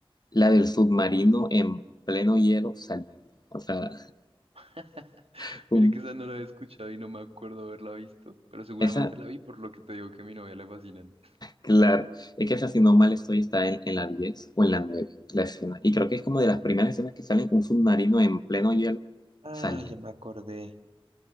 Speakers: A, on the left; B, on the right.
A: la del submarino en pleno hielo saliendo. O sea,
B: <laughs>
A: <laughs> un-
B: mira que esa no la he escuchado y no me acuerdo haberla visto, pero seguramente
A: esa,
B: la vi por lo que te digo que a mi novia le fascinan.
A: claro, es que esa, si no mal estoy, está en, en la 10 o en la 9 la escena. Y creo que es como de las primeras escenas que salen un submarino en pleno hielo
B: Ah,
A: saliendo.
B: ya me acordé.